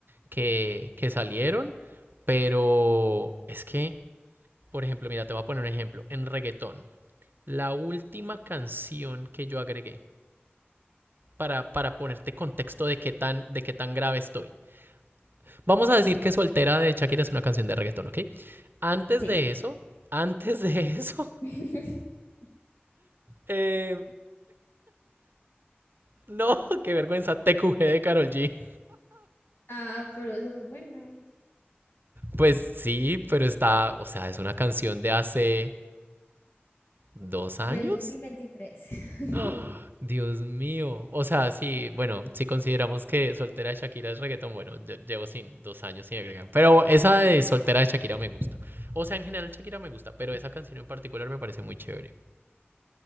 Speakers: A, on the right; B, on the left.
A: que, que salieron, pero es que, por ejemplo, mira, te voy a poner un ejemplo. En reggaetón, la última canción que yo agregué para, para ponerte contexto de qué, tan, de qué tan grave estoy. Vamos a decir que Soltera de Shakira es una canción de reggaetón, ¿ok? Antes
B: Sí.
A: de eso, antes de <laughs> eso,
B: <laughs>
A: eh, no, <laughs> qué vergüenza, TQG de Carol G.
B: Ah, pero eso es bueno.
A: Pues sí, pero está, o sea, es una canción de hace dos años,
B: Del dos mil veintitrés. <laughs>
A: ¡Ah! Dios mío. O sea, sí, bueno, si consideramos que soltera de Shakira es reggaetón, bueno, yo- llevo sin dos años sin agregar. Pero esa de soltera de Shakira me gusta. O sea, en general Shakira me gusta, pero esa canción en particular me parece muy chévere.